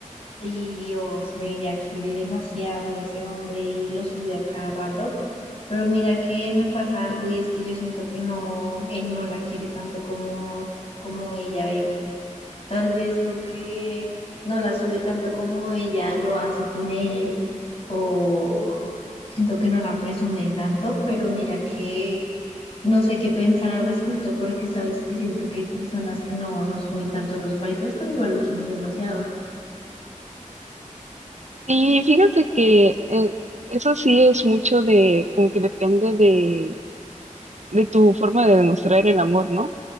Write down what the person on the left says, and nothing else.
Y Dios, ella quiere demasiado a ese hombre y lo sube a cada rato. Pero mira que me pasa algo y es que yo siento que no, él no la quiere tanto como, como ella a él. Tal vez porque no la sube tanto como ella lo hace con él o siento que no la presume tanto, pero mira que no sé qué pensar al respecto porque sabes que siento que hay personas que no, no suben tanto a sus parejas, pero igual lo quieren demasiado.